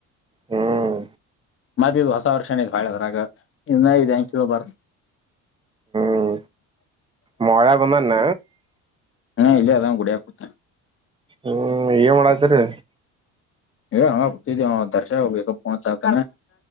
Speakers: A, on the right; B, on the left.
A: ಹ್ಮ್
B: ಮತ್ತಿದ ಹೊಸ ವರ್ಷ ಭಾಳದ್ರಾಗ ಇನ್ನ ಇ್ಯಾಂಗ ಕೇಳ ಬಾರ
A: ಹ್ಮ ಮರ ಬನ್ನಾ ನ
B: ಹಾ ಇಲ್ಲ ಅದಂಗ ಗುಡಿಯಾಕುತ್ತ
A: ಹ್ಮ್ ಏನ್ ಮಾಡತರಿ
B: <unintelligible> ದರ್ಶ ಬೇಗ ಪಚಾತ